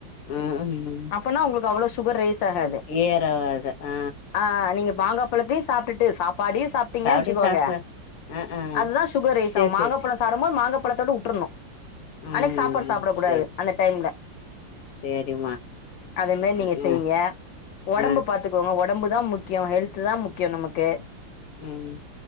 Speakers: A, on the left; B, on the left.
A: ம் ம்
B: சொன்னா உங்களுக்கு அவ்ளோ சுகர் ரைஸ் ஆகாது
A: ஏறாவாது ஆ
B: ஆ நீங்க மாங்கா பழத்தையு சாப்ட்டுட்டு சாப்பாடையு சாப் டீங்கனு
A: சாப்ட
B: வச்சுக்கோங்க
A: சாப்ட ஆ ஆ
B: அதுதா சுகர் ரைஸ்ஸாவு
A: சேர்
B: மாங்காப்பழ
A: சேர் சே
B: சாப்டும்போது மாங்கப்பழத்தோட உட்டுருணு அன்னைக்கு
A: ம்
B: சாப்பாடு சாப்புடக்கூடாது
A: சேரி
B: அந்த டைம்ல
A: சேரிம்மா
B: அதுமேரி
A: ம்
B: நீங்க செய்ங்க
A: ம்
B: ஒடம்பு
A: ஆ
B: பாத்துக்கோங்க ஒடம்பு தா முக்கியம் ஹெல்த்து தா முக்கியம் நமக்கு
A: ம்